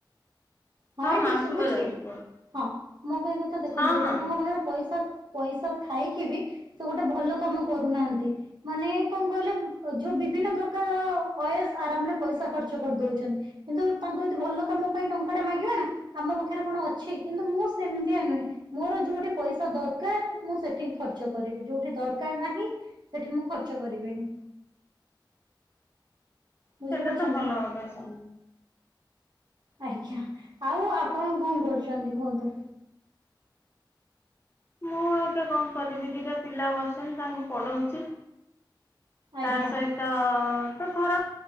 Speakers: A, on the right; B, on the left.
A: ହଁ ଆଣ୍ଟି
B: ମା
A: ଶୁଭୁଛି
B: ଶୁଭା ଯାଉଛି କୁହ
A: ହଁ ମୋ କହିବା କଥା ଦେଖନ୍ତୁ
B: ହଁ ହଁ
A: ଲୋକଙ୍କ ପାଖରେ ପଇସା ପଇସା ଥାଇକି ବି ସେ ଗୋଟେ ଭଲ କାମ କରୁନାହାନ୍ତି। ମାନେ କଣ କହିଲେ ଯୋଉ ବିଭିନ୍ନ ପ୍ରକାର ଅୟସ ଆରାମରେ ପଇସା ଖର୍ଚ୍ଚ କରିଦଉଛନ୍ତି। କିନ୍ତୁ ତାଙ୍କୁ ଯଦି ଭଲ କାମ ପାଇଁ ଟଙ୍କା ଟେ ମାଗିବ ନା। ଆମ ପାଖରେ କଣ ଅଛି, କିନ୍ତୁ ମୁଁ ସେମିତିଆ ନୁହେଁ। ମୋର ଯୋଉଠି ପଇସା ଦରକାର ମୁଁ ସେଠିକି ଖର୍ଚ୍ଚ କରିବି। ଯୋଉଠି ଦରକାର ନାହିଁ ସେଠି ମୁଁ ଖର୍ଚ୍ଚ କରିବିନି। ବୁଝିପାରୁଛନ୍ତି
B: ସେଟା ତ ଭଲ
A: ନା?
B: ଅଭ୍ୟାସ।
A: ଆଜ୍ଞା। ଆଉ ଆପଣ କଣ କରୁଛନ୍ତି କୁହନ୍ତୁ?
B: ମୁଁ ଅବିକା କଣ କରିବି ଦିଟା ପିଲା ବସିଛନ୍ତି ତାଙ୍କୁ ପଢଉଚି।
A: ଆଜ୍ଞା
B: ତା ସହିତ ତ ଘର